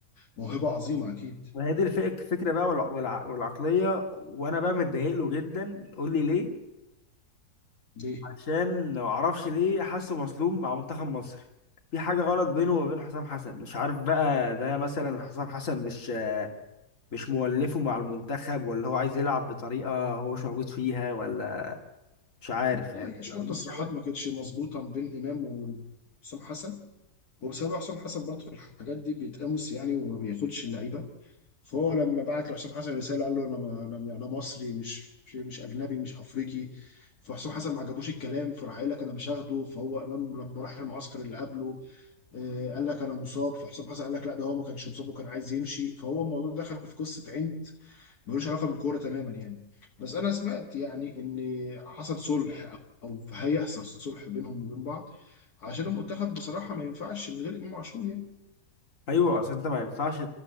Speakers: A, on the left (about 65°); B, on the left (about 50°).
A: موهبه عظيمه اكيد
B: وهي دي الفك- الفكره بقى والع... والع... والعقليه وانا بقى متضايق له جدا قول لي ليه
A: ليه
B: عشان لو اعرفش ليه حاسه مظلوم مع منتخب مصر في حاجة غلط بينه وبين حسام حسن مش عارف بقى ده مثلا حسام حسن مش مش مولفه مع المنتخب ولا هو عايز يلعب بطريقة هو مش موجود فيها ولا مش عارف
A: آه،
B: يعني
A: يعني شوية
B: لو ليه
A: تصريحات
B: سبب
A: ما كانتش مظبوطة ما بين إمام وحسام حسن وبسبب حسام حسن برضه في الحاجات دي بيتقمص يعني وما بياخدش اللعيبة فهو لما بعت لحسام حسن رسالة قال له أنا أنا أنا مصري مش مش أجنبي مش أفريقي فحسام حسن ما عجبوش الكلام فراح قال لك أنا مش هاخده فهو إمام لما راح المعسكر اللي قبله آه، قال لك أنا مصاب فحسام حسن قال لك لا ده هو ما كانش مصاب وكان عايز يمشي فهو الموضوع دخل في قصة عند ملوش علاقه بالكوره تماما يعني بس انا سمعت يعني ان حصل صلح او هيحصل صلح بينهم وبين بعض عشان المنتخب بصراحه ما ينفعش من غير امام عاشور يعني
B: ايوه اصل انت ما ينفعش